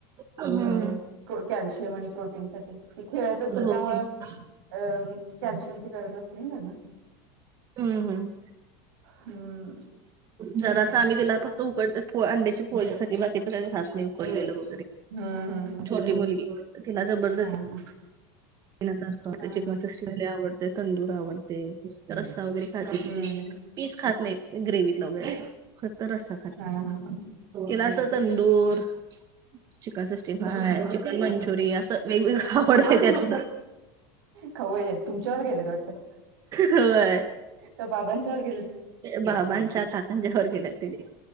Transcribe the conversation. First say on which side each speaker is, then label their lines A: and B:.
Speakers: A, on the right; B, on the right.
A: हम्म
B: अ कॅल्शियम आणि प्रोटीन साठी ती खेळत असतात
A: हो
B: त्यामुळ
A: हम्म
B: अ कॅल्शियमची गरज असते ना त्यांना
A: हम्म हम्म.
B: हम्म
A: जरा असं आम्ही गेला फक्त उकड अंड्याची पोळीसाठी बाकीच काही घात नाही उकडलेलो.
B: हम्म हम्म हम्म
A: छोटी मुलगी तिला जबरदस्ती.
B: हा हा
A: प असत
B: हा
A: चिकन
B: हा
A: सिष्टी फायआवडते तंदूर आवडते. रस्सा वगैरे खाते
B: हम्म
A: पीस खात नाहीत ग्रेव्हीतला वगैरे फक्त रस्सा.
B: हा हा हा.
A: तिला असं तंदूर चिकन सिक्सटीफाय
B: हम्म
A: मंचुरिय असं वेगवेगळं आवडत त्यात
B: खवय्ये तुमच्यावर गेलेत वाटतं
A: होय.
B: का बाबांच्यावर गेलेत
A: बाबांच्या काकांच्या गेल्यात तरी.